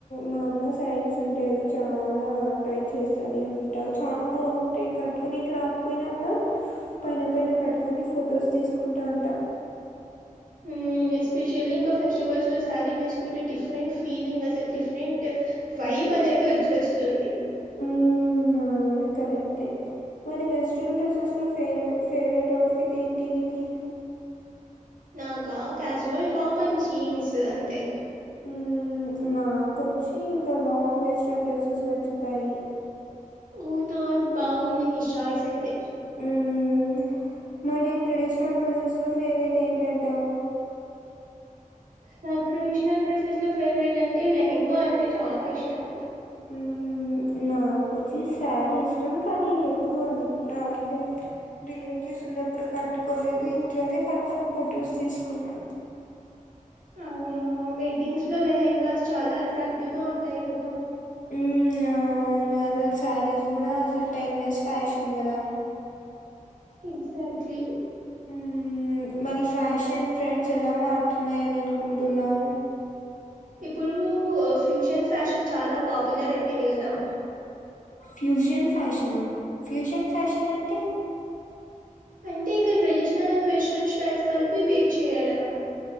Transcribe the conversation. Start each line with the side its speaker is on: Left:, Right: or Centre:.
Left: మా అమ్మ శారీస్ ఉంటాయి అవి చాలా ట్రై చేస్తానే ఉంట చాలా బాగుంటాయి కట్ కొని క్రా పోయినా కూడా పైన పైన కట్టుకొని ఫొటోస్ తీసుకుంటా ఉంటా
Right: ఉమ్ ఎస్పెషల్లీ ఇంకా ఫెస్టివల్స్లో శారీ వేసుకుంటే డిఫరెంట్ ఫీలింగ్ అసలు డిఫరెంట్ వై ఈమనేది వచ్చేస్తుంది
Left: హ్మ్. అవును కరెక్టే మరి వెస్ట్రన్ డ్రెస్సెస్ లో ఫేవ ఫేవరెట్ అవుట్ఫిట్ ఏంటి నీకు
Right: నాకా క్యాజువల్ టాప్ అండ్ జీన్స్ అంతే
Left: హ్మ్. నాకొచ్చి ఇంకా లాంగ్ వెస్ట్రన్ డ్రెస్సెస్ నచ్చుతాయి
Right: ఓకే బాగుంది నీ చాయిస్ అయితే
Left: హ్మ్. మరి ట్రెడిషనల్ డ్రెస్సెస్ లో ఫేవరెట్ ఏంటంటా
Right: నాకు ట్రెడిషనల్ డ్రెస్సెస్ లో ఫేవరెట్ అంటే లెహెంగా అంటే చాలా ఇష్టం
Left: మ్మ్ నాకు వచ్చి శారీ ఇష్టం కానీ ఎప్పుడు ఆ అంటే రిలె రిలేటివ్స్ ఉన్నప్పుడు కట్టుకోలేదు ఇంట్లోనే కట్టుకొని ఫొటోస్ తీసుకున్నా
Right: అవునా వెడ్డింగ్స్ లో లెహెంగాస్ చాలా అట్రాక్టివ్ గా ఉంటాయి కదా
Left: హ్మ్. అవును అసలు శారీస్ కూడా అసలు టైమ్లెస్ ఫ్యాషన్ కదా
Right: ఎగ్జాక్ట్లీ
Left: హ్మ్. మరి ఫ్యాషన్ ట్రెండ్స్ ఎలా మారుతున్నాయని అనుకుంటున్నావు
Right: ఇప్పుడు ఫ్యూజన్ ఫ్యాషన్ చాలా పాపులర్ అయిపోయింది కదా
Left: ఫ్యూజన్ ఫ్యా‌షనా ఫ్యూజన్ ఫ్యాషన్ అంటే
Right: అంటే ఇంకా ట్రెడిషనల్ అండ్ వెస్ట్రన్ స్టైల్స్ కలిపి వేర్ చేయడము